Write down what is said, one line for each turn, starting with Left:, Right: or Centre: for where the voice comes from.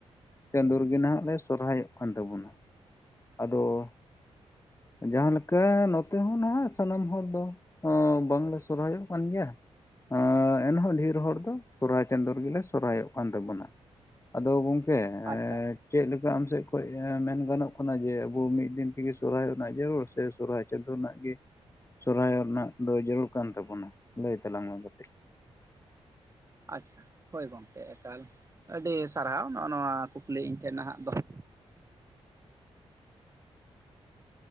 Left: ᱪᱟᱸᱫᱚ ᱨᱮᱜᱮ ᱱᱟᱦᱟᱜ ᱞᱮ ᱥᱚᱨᱦᱟᱭᱚᱜ ᱠᱟᱱ ᱛᱟᱵᱚᱱᱟ ᱾ ᱟᱫᱚ ᱡᱟᱦᱟ ᱞᱮᱠᱟ ᱱᱚᱛᱮ ᱦᱚᱸ ᱱᱟᱜ ᱥᱟᱱᱟᱢ ᱦᱚᱲ ᱫᱚ ᱵᱟᱝᱞᱮ ᱥᱚᱨᱦᱟᱭᱚᱜ ᱠᱟᱱ ᱜᱮᱭᱟ᱾ ᱚ ᱮᱱᱦᱚᱸ ᱰᱷᱮᱨ ᱦᱚᱲ ᱫᱚ ᱥᱚᱨᱦᱟᱭ ᱪᱟᱸᱫᱳ ᱨᱮᱜᱮᱞᱮ ᱥᱚᱨᱦᱟᱭᱚᱜ ᱠᱟᱱ ᱛᱟᱵᱚᱱᱟ ᱾ ᱟᱫᱚ ᱜᱚᱝᱠᱮ
Right: ᱟᱪᱪᱷᱟ
Left: ᱮᱠ ᱪᱮᱫ ᱞᱮᱠᱟ ᱟᱢ ᱥᱮᱫ ᱠᱷᱚᱱ ᱢᱮᱱ ᱜᱟᱱᱚᱜ ᱠᱟᱱᱟ ᱡᱮ ᱟᱵᱚ ᱢᱤᱫ ᱫᱤᱱ ᱛᱮᱜᱮ ᱥᱚᱨᱦᱟᱭᱚᱜ ᱨᱮᱱᱟᱜ ᱡᱟᱹᱨᱩᱲ ᱥᱮ ᱥᱚᱨᱦᱟᱭ ᱪᱟᱸᱫᱳ ᱨᱮᱱᱟᱜ ᱜᱮ ᱥᱚᱨᱦᱟᱭᱚᱜ ᱨᱮᱱᱟᱜ ᱫᱚ ᱡᱟᱹᱨᱩᱲ ᱠᱟᱱ ᱛᱟᱵᱚᱱᱟ ᱞᱟᱹᱭ ᱛᱟᱞᱟᱝ ᱢᱮ ᱠᱟᱹᱴᱤᱡ?
Right: ᱟᱪᱪᱷᱟ ᱦᱳᱭ ᱜᱚᱝᱠᱮ ᱮᱠᱟᱞ ᱟᱹᱰᱤ ᱥᱟᱨᱦᱟᱣ ᱱᱚᱜ-ᱚ ᱱᱚᱣᱟ ᱠᱩᱠᱞᱤ ᱤᱧ ᱴᱷᱮᱱ ᱱᱟᱦᱟᱜ ᱫᱚᱦᱚ